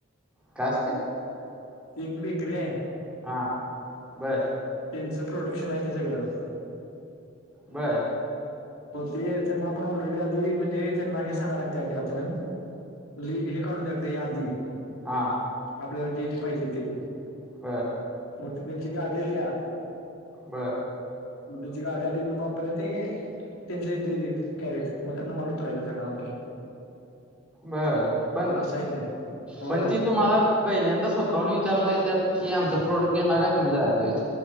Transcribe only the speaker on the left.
एक बेकरी हाय.
त्यांचं प्रोडक्शन आहे. ते सगळं
मग ते त्यांना आपण ऑलरेडी आधी म्हणजे त्यांना हे सांगा लागते आधी आपण. ल हे काढून द्याकते यादी,
आपल्याला जे जे पाहिजे ते.
मग त त्यांची गाडी येत्या
मग तुझ गाड्या आली कि बाला ते तीनशेती कॅरेट मग त्यातन माल उत राहायचा सगळं आपण
असं आहे ते होय